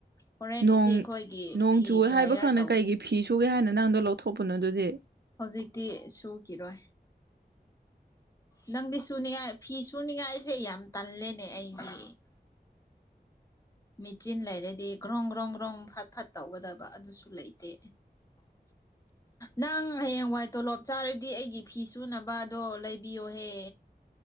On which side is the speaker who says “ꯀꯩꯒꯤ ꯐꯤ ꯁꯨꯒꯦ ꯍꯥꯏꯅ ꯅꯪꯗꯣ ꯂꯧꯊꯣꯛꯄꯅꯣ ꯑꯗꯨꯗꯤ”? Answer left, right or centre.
Right